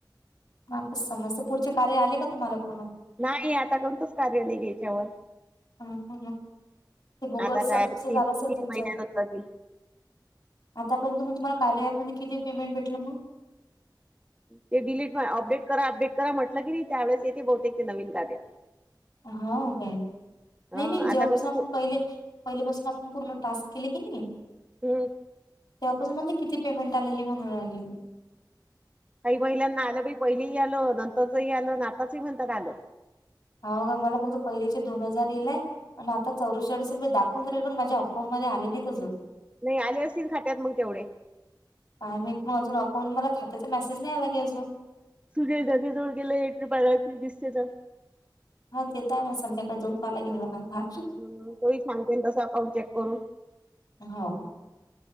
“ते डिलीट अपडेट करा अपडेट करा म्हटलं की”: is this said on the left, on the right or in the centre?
Right